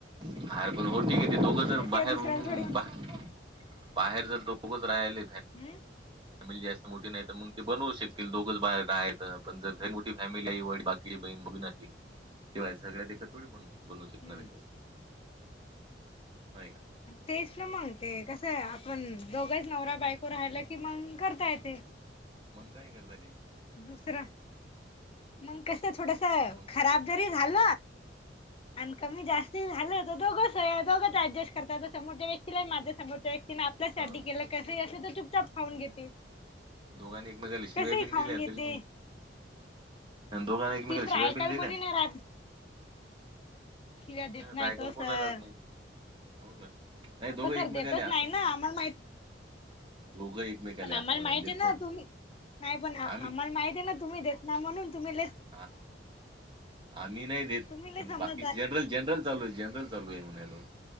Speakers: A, on the right; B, on the left.
A: अरे पण मूर्ती किती दोघं
B: त्याच्याशिवाय
A: जण जर बाहेर
B: दुसऱ्याला
A: करून
B: थोडी
A: बाहेर जर दोघच राहिले.
B: हम्म.
A: फॅमिली जास्त मोठी नाही तर मग ते बनवू शकतील दोघच बा आहेत पण जर मोठी फॅमिली आहे वट बाकी. बहीण बीतील तेव्हा झगड्या देख थोडी बन. बनू शिकणारी
B: हम्म
A: देऊ नाही का
B: तेच ना मग ते कसं आहे आपण दोघच नवरा बायको राहिला की मग करता येते
A: मंगंगाई करता ती.
B: दुसरं मंग कस थोडस
A: मग
B: खराब जरी झाल. आणि कमी जास्त ते झालं हो दोघच दोघंच ऍडजस्ट करतात समोरच्या व्यक्तीला माझ्या समोरच्या व्यक्तीने आपल्यासाठी
A: हो
B: केलं. कसई असलं तर चुपचप खाऊन घेते.
A: दोघांनि एकमेकांना शिवायी
B: कसंही
A: बिन
B: खाऊन
A: ल्या
B: घेते
A: तरी दोघांना एकमेकला
B: तिसरं
A: शिवाय
B: ऐकायला
A: बि दिल्या.
B: कोणी नाही राहत. शिव्या देत
A: ह
B: नाही
A: बायकाल
B: तो सर
A: कोण राहात नाही. हो का नाही
B: आता
A: दोघं
B: सर
A: एकमेक
B: देतच
A: आले अस
B: नाही ना आम्हाला माहित
A: दोघं एकमेक आले
B: पण आम्हाला
A: असं म्हणाल
B: माहिती
A: देत
B: आहे ना
A: नाही
B: तुम्ही नाही पण
A: आम्ही
B: आम्हाले माहिती ना तुम्ही देत नाही म्हण तूम्ही
A: हा आम्ही नाही देत
B: तुम्ही लय
A: पण
B: समजदार
A: बाकी जनरल जनरल चालूय जनरल चालूय म्हणाल